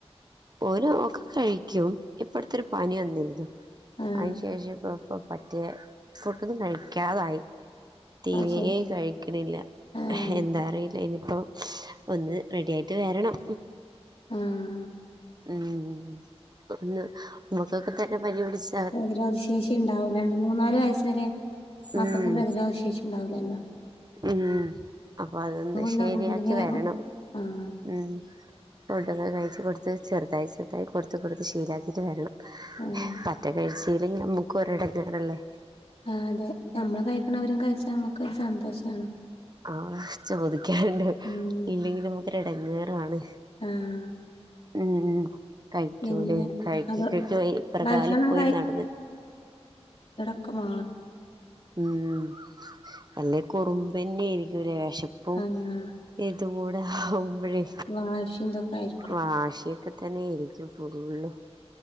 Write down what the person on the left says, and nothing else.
ആഹ്
അത് ശരി
ആഹ്
ആഹ്
പ്രതിരോധ ശേഷി ഇണ്ടാവൂല രണ്ട്, മൂന്നാല് വയസ്സ് വരെ മക്കക്ക്
പ്രതിരോധ ശേഷി ണ്ടാവുല്ലല്ലോ
ഇതാകും
പിന്നെ വേഗം
ആഹ്
ഏഹ്
ആഹ് അതെ നമ്മള് കഴിക്ണത് അവരും കഴിച്ചാ നമുക്കൊരു സന്തോഷാണ്
ഉം
ആഹ്
പിന്നെ
അത്
ഭക്ഷണം
ക്കെ മാ
ആഹ്
വാഷിംന്തൊക്കെ ആയിരിക്കും